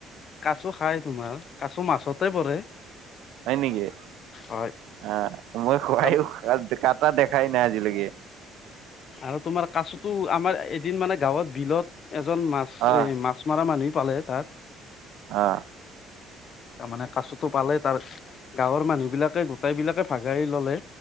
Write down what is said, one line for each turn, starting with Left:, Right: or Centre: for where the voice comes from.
Left: কাচু খাই তোমাৰ। কাছু মাছতে পৰে।
Right: হয় নেকি,
Left: হয়
Right: আহ মই খুৱাই
Left: তাম
Right: কাটা দেখাই নাই আজিলৈ কে।
Left: আৰু তোমাৰ কাচোতো আমাৰ এদিন মানে গাঁৱত বিলত এজন মাছ, এ
Right: অ'
Left: মাছ মাৰা মানি পালে তাত
Right: আহ।
Left: ত মানে কাচোতো পালেই তাৰ, গাঁৱৰ মানুহ বিলাক ত গোটাই বিলাকে ভাগাই ল'লে